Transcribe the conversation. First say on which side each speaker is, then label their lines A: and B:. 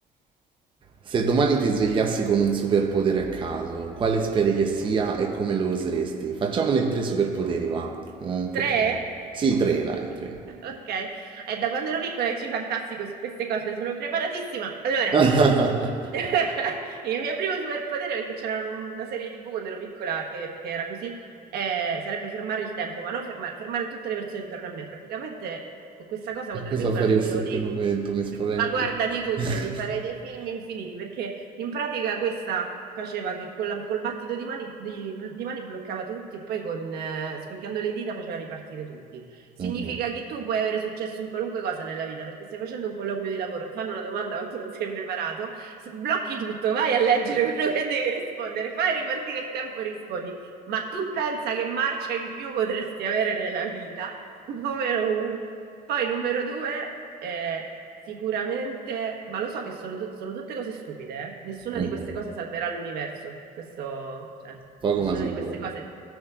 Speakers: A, on the right; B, on the right.
A: Se domani ti svegliassi con un superpotere a caso, quale speri che sia
B: Sì.
A: e come lo useresti? Facciamone tre superpoteri, va. Un po'
B: Tre?
A: più. Sì, tre, dai, tre.
B: Ok, è da quando ero piccola che ci fantastico su queste cose, sono preparatissima. Allora,
A: <laughs>
B: <laughs> il mio primo superpotere, perché c'era un- una serie TV quando ero piccola che, che era così, eh, sarebbe fermare il tempo, ma no, ferma- fermare tutte le persone intorno a me. Praticamente con questa cosa
A: Che
B: quando
A: Cosa
B: ero piccola
A: faresti
B: mi facevo
A: in
B: dei
A: quel momento? Mi spaventi.
B: ma guarda di tutto,
A: <laughs>
B: mi farei dei film infiniti perché in pratica questa faceva che con la- col battito di mani, di- di mani bloccava tutti e poi con, eh, scorchiando le dita faceva ripartire tutti. Significa
A: Mhm,
B: che tu puoi avere successo in qualunque cosa nella vita perché stai facendo un colloquio di lavoro, ti fanno una domanda ma tu non sei preparato, s- blocchi tutto, vai a leggere <laughs> quello che devi rispondere, fai ripartire il tempo e rispondi. Ma tu pensa che marcia in più potresti avere nella vita? <laughs> Numero uno. Poi numero due... eh, Sicuramente, ma lo so che sono, tut- sono tutte cose stupide, eh. Nessuna
A: mhm.
B: di queste cose salverà l'universo. Questo, cioè,
A: poco
B: nessuna
A: ma sicuro.
B: di queste cose,